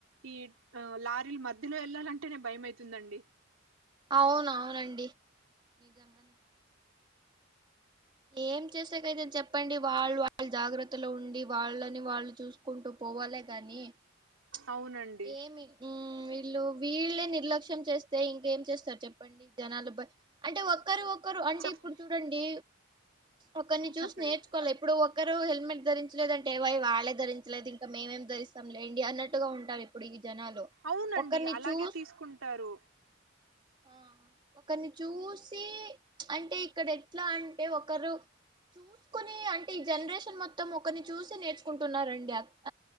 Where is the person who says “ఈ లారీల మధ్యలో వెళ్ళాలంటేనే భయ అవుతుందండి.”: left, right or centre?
Right